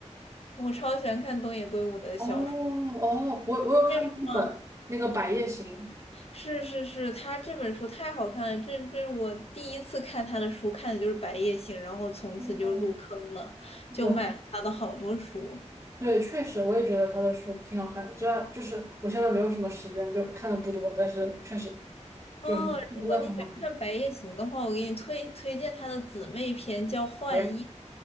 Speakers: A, on the left (about 55°); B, on the right (about 25°).
A: 我超喜欢看东野圭吾的小说，
B: 哦哦，我我有看过一本那个《百叶行》。
A: 你也是吗？是是是，他这本书太好看了，这这是我第一次看他的书，看的就是《白夜行》，然后从此就入坑了，
B: 哦，是的
A: 就买了他的好多书。
B: 对，确实，我也觉得他的书挺好看的。虽然就是我现在没有什么时间，就看的不多，但是确实就是真的很好看。
A: 哦，如果你想看《白夜行》的话，我给你推推荐他的姊妹篇，叫《幻夜》，
B: 喂